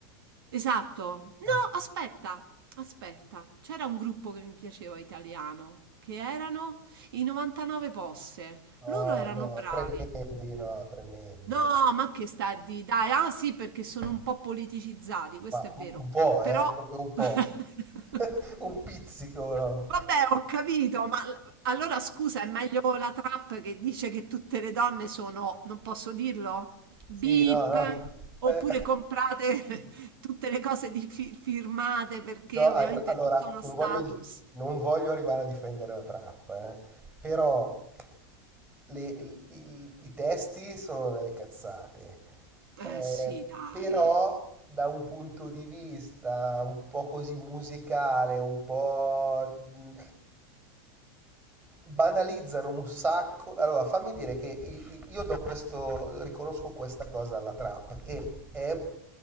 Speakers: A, on the right; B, on the right.
A: Esatto. No,
B: Eh.
A: aspetta, aspetta. C'era un gruppo che mi piaceva italiano, che erano i 99 Posse. Loro
B: No,
A: erano
B: no,
A: No. bravi.
B: tremendi, no, tremendi,
A: No,
B: dai.
A: ma che sta a di dai, ah sì, perché sono un po' politicizzati, questo
B: Ma
A: è
B: un
A: vero.
B: un po',
A: Però
B: eh, proprio un po'.
A: <laughs>
B: <laughs> Un pizzico, no.
A: Vabbè, ho capito, ma l- allora scusa, è meglio la trap che dice che tutte le donne sono, non posso dirlo? Sì.
B: Sì,
A: Beep,
B: no, no.
A: oppure
B: Eh,
A: comprate <laughs> tutte le cose di fi- firmate perché
B: no, hai-
A: ovviamente
B: allora,
A: è tutto uno
B: non
A: status.
B: voglio, di- non voglio arrivare a difendere la trap, eh. Però le- il- il- i testi sono delle cazzate,
A: Eh
B: eh,
A: sì, dai,
B: però da un punto di vista un po' così musicale, un po' mh, banalizzano un sacco. Allora, fammi dire che i- i- io do questo, riconosco questa cosa alla trap, che è